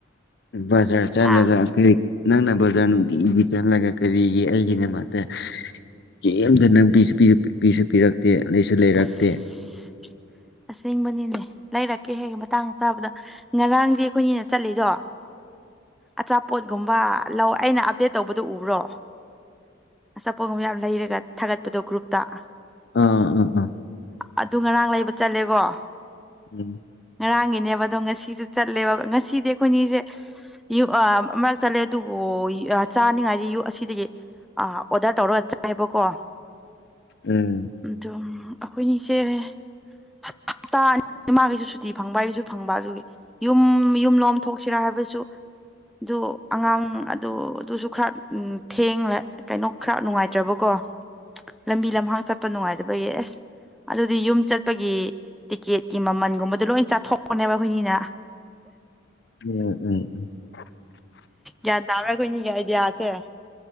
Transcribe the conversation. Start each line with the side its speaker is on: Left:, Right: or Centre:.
Left: ꯕꯖꯥꯔ ꯆꯠꯂꯒ
Centre: ꯍꯥ
Left: ꯀꯩ ꯅꯪꯅ ꯕꯖ꯭ꯔꯥ ꯅꯨꯡꯇꯤꯒꯤ ꯆꯥꯠꯂꯒ ꯀꯔꯤꯒꯤ ꯑꯩꯒꯤ ꯗꯃꯛꯇ ꯀꯦꯝꯝꯇ ꯅꯪ ꯄꯤꯁꯨ ꯄꯤꯔꯛꯇꯦ ꯂꯩꯁꯨ ꯂꯩꯔꯛꯇꯦ
Centre: ꯑꯁ ꯑꯁꯦꯡꯕꯅꯤꯅꯦ ꯂꯩꯔꯛꯀꯦ ꯍꯦꯛ ꯃꯇꯥꯡ ꯆꯥꯕꯗ ꯉꯔꯥꯡꯗꯤ ꯑꯩꯈꯣꯏꯅꯦꯅ ꯆꯠꯂꯤꯗꯣ ꯑꯆꯥ ꯄꯣꯠꯒꯨꯝꯕ ꯂꯧ ꯑꯩꯅ ꯑꯞꯗꯦꯠ ꯇꯧꯕꯗꯨ ꯎꯕ꯭ꯔꯣ ꯑꯆꯥꯄꯣꯠꯒꯨꯝꯕ ꯌꯥꯝ ꯂꯩꯔꯒ ꯊꯥꯒꯠꯄꯗꯣ ꯒ꯭ꯔꯨꯞꯇ
Left: ꯎꯝ ꯎꯝ ꯎꯝ
Centre: ꯑꯗꯨ ꯉꯔꯥꯡ ꯂꯩꯕ ꯆꯠꯂꯦꯕꯣ
Left: ꯎꯝ
Centre: ꯉꯔꯥꯡꯒꯤꯅꯦꯕ ꯑꯗꯣ ꯉꯁꯤꯁꯨ ꯆꯠꯂꯦꯕ ꯉꯁꯤꯗꯤ ꯑꯩꯈꯣꯏꯅꯤꯁꯦ ꯨꯛ ꯃꯔꯛ ꯆꯠꯂꯦ ꯑꯗꯨꯕꯨ ꯆꯥꯅꯤꯡꯉꯥꯏꯗꯤ ꯌꯨꯛ ꯑꯁꯤꯗꯒꯤ ꯑꯥ ꯑꯣꯗꯔ ꯇꯧꯔ ꯆꯥꯢꯕꯀꯣ
Left: ꯎꯝ
Centre: ꯑꯗꯣ ꯑꯩꯈꯣꯏꯅꯤꯁꯦ ꯍꯞꯇꯥ ꯑꯅꯤ ꯃꯥꯒꯤꯁꯨ ꯁꯨꯇꯤ ꯐꯪꯕ ꯑꯩꯒꯤꯁꯨ ꯐꯪꯕ ꯑꯗꯨꯒꯤ ꯌꯨꯝ ꯌꯨꯝ ꯂꯣꯝ ꯊꯣꯛꯁꯤꯔꯥ ꯍꯥꯏꯕꯁꯨ ꯑꯗꯨ ꯑꯉꯥꯡ ꯑꯗꯨ ꯑꯗꯨꯁꯨ ꯈꯔ ꯊꯦꯡꯂꯦ ꯀꯩꯅꯣ ꯈꯔ ꯅꯨꯡꯉꯥꯏꯇ꯭ꯔꯕꯀꯣ ꯂꯝꯕꯤ ꯂꯝꯍꯥꯡ ꯆꯠꯄ ꯅꯨꯡꯉꯥꯏꯇꯕꯒꯤ ꯑꯗꯨꯗꯤ ꯌꯨꯝ ꯆꯠꯄꯒꯤ ꯇꯤꯛꯀꯦꯠꯀꯤ ꯃꯃꯟꯒꯨꯝꯕꯗꯣ ꯂꯣꯏ ꯆꯥꯊꯣꯛꯕꯅꯦꯕ ꯑꯩꯈꯣꯏꯅꯤꯅ
Left: ꯎꯝ ꯎꯝ ꯎꯝ
Centre: ꯒ꯭ꯌꯥꯟ ꯇꯥꯕ꯭ꯔꯥ ꯑꯩꯈꯣꯏꯅꯤꯒꯤ ꯑꯥꯢꯗꯤꯌꯥꯁꯦ